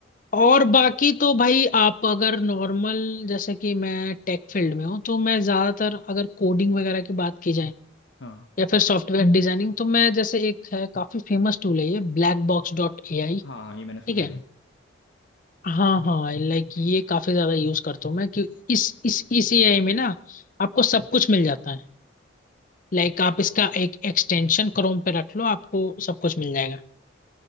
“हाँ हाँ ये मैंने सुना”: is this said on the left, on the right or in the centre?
Left